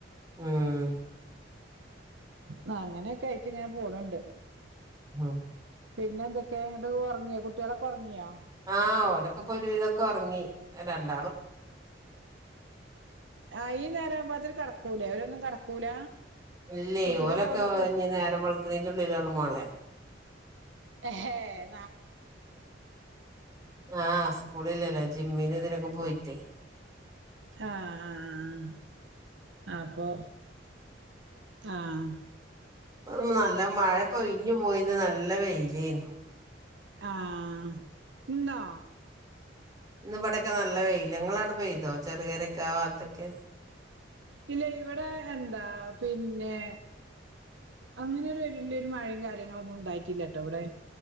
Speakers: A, on the right (about 20°); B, on the right (about 75°).
A: ഉം
B: ആ അങ്ങനെയൊക്കെ ആയിട്ട് ഇങ്ങനെ പോണണ്ട്
A: ആഹ്
B: പിന്നെ എന്തൊക്കെയ ഇങ്ങട്ട് ഒറങ്ങിയോ കുട്ടികളൊക്കെറങ്ങിയോ
A: ആഹ് ഓലൊക്കെ പോ ഒരുവിധൊക്കെ ഉറങ്ങി തണ്ട്
B: അയി നേരം ആവുമ്പതിരി കിടക്ക കടക്കൂല അവരൊന്നും കടക്കൂല
A: ഇല്ലേ
B: കുട്ടിന്റെ
A: ഓലൊക്കെ
B: സൗണ്ടൊക്കെ
A: ഇഞ് നേര വളക്കുന്നന്റെറെ ഉള്ളിലള്ള മോളെ
B: ഹെ ഏ
A: ആഹ് സ്കൂളില്ലല്ലോ ജിമ്മിന് ഇതിനൊക്കെ പോയിട്ടേ
B: ആഹ് ആഹ് അപ്പൊ ആഹ്
A: അ നല്ല മഴപ്പോ ഒഴഞ്ഞു പോയിന്ന് നല്ലവേ ഇലന്
B: ആഹ ഇന്നോ
A: ഇന്ന് ഇവിടെൊക്കെ നല്ല വെയിലങ്ങള അട പോയിതോ ചെറുകയരൊക്കെ ആ ഭാത്തൊക്കെ
B: ഇല്ല ഇവിടെ എന്താ പിന്നെ അങ്ങനെരു വലിയരു മഴയും കാര്യങ്ങളൊന്നും ഉണ്ടായിട്ടില്ലട്ടോ ഇവിടെ